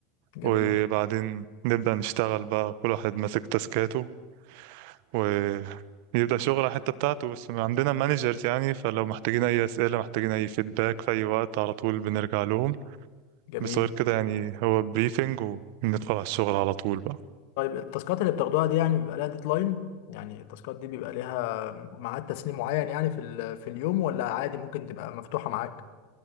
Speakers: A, on the left; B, on the right.
A: جميل
B: وبعدين نبدأ نشتغل بقى كل واحد ماسك تاسكاته ويبدأ شغل على الحتة بتاعته بس عندنا مانجرز يعني فلو محتاجين أي أسئلة محتاجين أي فيدباك في أي وقت على طول بنرجع لهم
A: جميل
B: بس غير كده يعني هو بريفنج وندخل على الشغل على طول بقى
A: طيب التاسكات اللي بتاخدوها دي يعني بيبقى لها ديدلاين يعني التاسكات دي بيبقى ليها ميعاد تسليم معين يعني في ال- في اليوم ولا عادي ممكن تبقى مفتوحة معاك